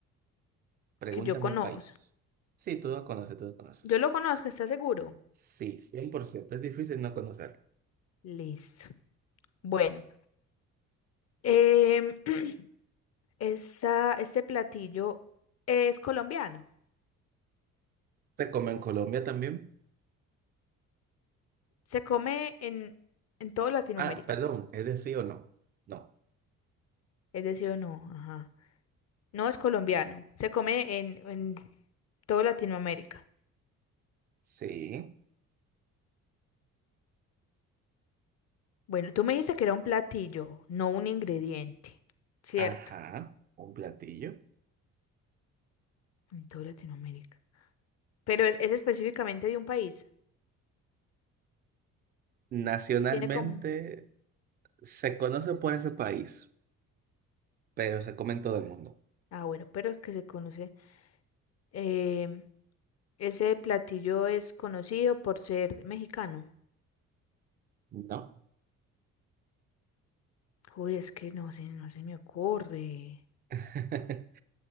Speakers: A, on the right (about 25°); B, on the left (about 35°).
A: Pregúntame
B: que yo conozco,
A: un país. Sí, tú lo conoces, tú lo conoces.
B: Yo lo conozco, ¿está seguro?
A: Sí, 100%. Es difícil no conocer.
B: Listo. Bueno, em, <clears throat> esa- este platillo es colombiano.
A: ¿Se come en Colombia también?
B: Se come en, en toda Latinoamérica.
A: Ah, perdón, ¿es de sí o no? No.
B: Es decir, no, ajá. No es colombiano. Se come en, en toda Latinoamérica.
A: Sí.
B: Bueno, tú me dijiste que era un platillo, no un ingrediente. Cierto.
A: Ajá, un platillo.
B: En toda Latinoamérica. Pero es, es específicamente de un país.
A: Nacionalmente
B: Tiene como.
A: se conoce por ese país, pero se come en todo el mundo.
B: Ah, bueno, pero es que se conoce. Em, ese platillo es conocido por ser mexicano.
A: No.
B: Uy, es que no sé, no se me ocurre.
A: <laughs>